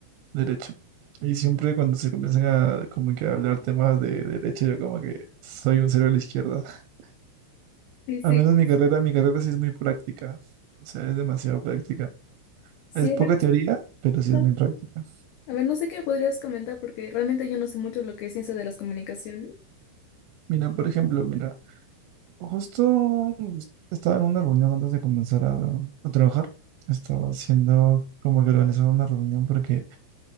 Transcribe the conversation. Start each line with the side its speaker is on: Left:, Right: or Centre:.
Right: derecho. Y siempre cuando se comienzan a como que a hablar temas de derecho, yo como que soy un cero a la izquierda. <laughs>
Left: Sí, sí.
Right: Al menos mi carrera, mi carrera sí es muy práctica. O sea, es demasiado práctica.
Left: Sí,
Right: Es poca
Left: a ver,
Right: teoría, pero sí
Left: comenta.
Right: es muy práctica.
Left: a ver, no sé qué podrías comentar porque realmente yo no sé mucho lo que es ciencia de las comunicaciones,
Right: Mira, por ejemplo, mira, justo estaba en una reunión antes de comenzar a, a trabajar. Estaba haciendo como que organizaba una reunión porque